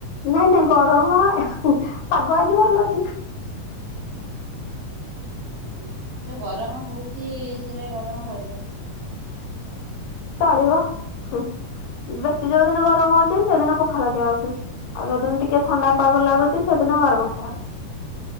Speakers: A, on the left (about 70°); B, on the right (about 75°).
A: ନାଇଁ ନାଇଁ ଗରମ ପାଗ ଆଜି ଭଲ ଅଛି।
B: ହୁଁ ଯୋଉ ଗରମ ହଉଚି ସେଇରା ରେ ଗରମ ଖାଉଛ।
A: ଚଳିବ ହୁ ବେଶୀ ଯୋଉ ଦିନ ଗରମ ହଉଛି ସେଦିନ ପଖାଳ ଖିଆ ହଉଛି। ଆଉ ଯୋଉଦିନ ଟିକେ ଥଣ୍ଡାପାଗ ଲାଗୁଛି ସେଦିନ ଗରମ ଖିଆ ହଉଛି।